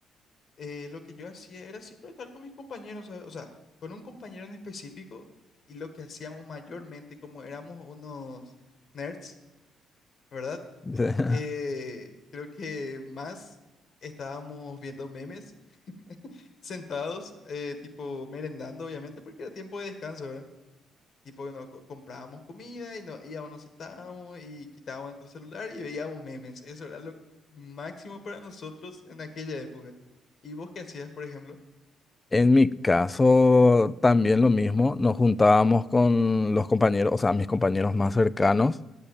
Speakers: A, on the left; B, on the left.
A: eh, lo que yo hacía era siempre estar con mis compañeros, ¿sabe? O sea, con un compañero en específico y lo que hacíamos mayormente, como éramos unos nerds, ¿verdad?
B: De-
A: Eh,
B: <laughs>
A: creo que más estábamos viendo memes <laughs> sentados, eh, tipo merendando, obviamente, porque era tiempo de descanso, ¿verdad? Tipo, nos co- comprábamos comida y nos íbamos, nos sentábamos y quitábamos nuestro celular y veíamos memes. Eso era lo máximo para nosotros en aquella época. ¿Y vos qué hacías, por ejemplo?
B: En mi caso, también lo mismo. Nos juntábamos con los compañeros, o sea, mis compañeros más cercanos.